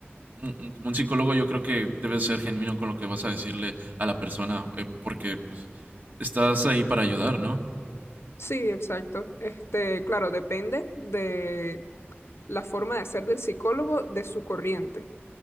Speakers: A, on the right; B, on the left.
A: un- un- como un psicólogo yo creo que debes ser genuino con lo que vas a decirle a la persona, eh, porque pues estás ahí para ayudar, ¿no?
B: Sí, exacto. Este, claro, depende de la forma de ser del psicólogo, de su corriente.